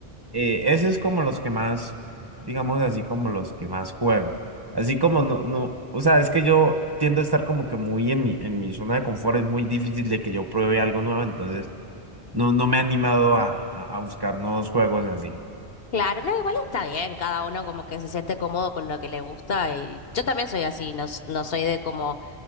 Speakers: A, on the right (about 20°); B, on the left (about 65°).
A: Eh, ese es como los que más, digamos así, como los que más juego. Así como no, no, o sea, es que yo tiendo a estar como que muy en mi, en mi zona de confort, es muy difícil de que yo pruebe algo nuevo, entonces no, no me he animado a, a, a buscar nuevos juegos así.
B: Claro, no, igual está bien, cada uno como que se siente cómodo con lo que le gusta y yo también soy así, no, s- no soy de como